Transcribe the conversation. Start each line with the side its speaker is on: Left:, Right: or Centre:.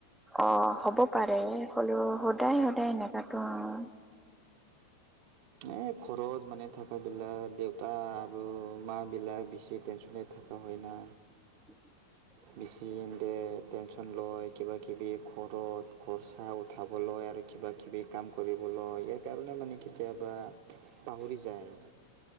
Centre: অঁ হ'ব পাৰে হ'লেওঁ সদায় সদায় সেনেকাতো অঁ।
Right: এই ঘৰত মানে থাকাবিলাক, দেউতাঁ আৰু মাবিলাক বেছি টেনচনে থাকে। হয়না।
Centre: <unintelligible>
Right: বেচি দে টেনচন লয় কিবাকিবি ঘৰত খৰচা উঠাব লয় আৰু কিবা কিবি কাম কৰিবলৈ। ইয়াৰ কাৰণে মানে কেতিয়াবা পাহৰি যায়।